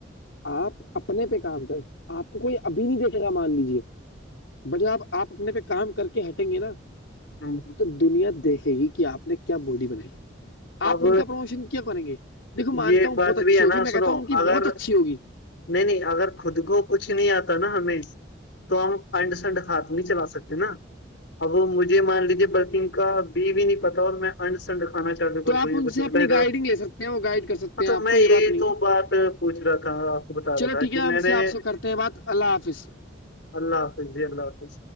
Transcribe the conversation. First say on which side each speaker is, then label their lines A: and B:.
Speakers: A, on the left; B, on the left.
A: آپ اپنے پہ کام کریں آپ کو کوئی ابھی نہیں دیکھے گا مان لیجے بٹ ج آپ آپ اپنے پہ کام کر کے ہٹیں گے نا
B: ہاں ہاں
A: تو دنیا دیکھے گی کہ آپ نے کیا باڈی بنائی آپ
B: اب
A: ان کا پروموشن کیا کریں گے دیکو مانتا
B: یہ
A: ہوں
B: بات
A: بہت اچھی
B: بھی ہے
A: ہوگی
B: نا
A: میں کہتا
B: سنو
A: ہوں ان کی
B: اگر
A: بہت اچھی ہوی
B: نہیں نہیں اگر خود کو کچھ نہیں آتا نا ہمیں تو ہم انڈ سنڈ ہاتھ نہیں چلا سکتے نا اب وہ مجھے مان لیجے بلکہ ان کا بھی بھی نہیں پتا اور میں انڈ سنڈ کھانا چاہوں کچھ
A: تو آپ ان سے
B: اٹ
A: اپنی
B: ہی تھا
A: گائیڈنگ لے سکتے ہیں وہ گائڈ کر سکتے
B: م
A: ہیں
B: توب
A: آپ
B: میں
A: کو یہ
B: یہی
A: بات نہیں
B: تو
A: ہے
B: بات پوچھ رہا تھا کو بتا
A: چلو
B: رہا تھا
A: ٹھیک
B: کہ
A: ہے ہم
B: میں
A: سے
B: نے
A: آپ سے کرتے ہیں بات اللہ حافظ
B: اللہ حافظ جی اللہ حافظ